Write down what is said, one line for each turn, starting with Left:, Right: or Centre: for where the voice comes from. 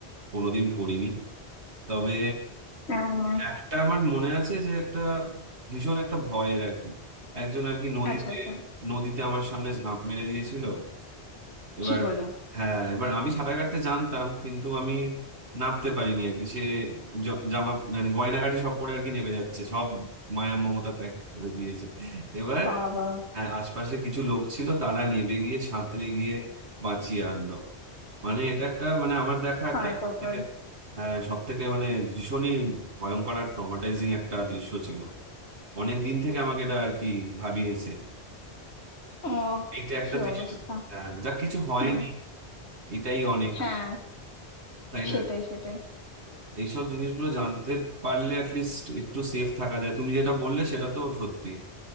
Right: কোনোদিন পড়িনি তবে
Left: আহ,
Right: একটা আমার মনে আছে যে একটা ভীষণ একটা ভয়ের আর কি একজন আর কি নদীতে
Left: আচ্ছা আচ্ছা
Right: নদীতে আমার সামনে ঝাঁপ মেরে দিয়েছিল এবার
Left: কি বলো
Right: হ্যাঁ এবার আমি সাঁতার কাটতে জানতাম কিন্তু আমি নামতে পারিনি আর কি সে জ- জামা মানে গয়নাঘাটি সব পরে আর কি নেমে যাচ্ছে সব মায়া মমতা ত্যাগ করে দিয়েছে এবার
Left: বাবা
Right: হ্যাঁ আশপাশে কিছু লোক ছিল তারা নেমে গিয়ে সাঁতরে গিয়ে বাঁচিয়ে আনলো মানে এটা একটা মানে আমার দেখা
Left: হায়
Right: একটা
Left: কপাল
Right: সব থেকে হ্যাঁ সব থেকে মানে ভীষণই ভয়ঙ্কর আর ট্রমাটাইজিং একটা দৃশ্য ছিল অনেক দিন থেকে আমাকে এটা আর কি ভাবিয়েছে
Left: ও
Right: এটা একটা
Left: কি
Right: দৃশ্য
Left: অবস্থা
Right: আহ, যা কিছু হয়নি
Left: হুম
Right: এটাই অনেক
Left: হ্যাঁ
Right: তাই
Left: সেটাই
Right: না
Left: সেটাই
Right: এইসব জিনিসগুলো জানতে পারলে অ্যাটলিস্ট একটু সেফ থাকা যায় তুমি যেটা বললে সেটা তো সত্যি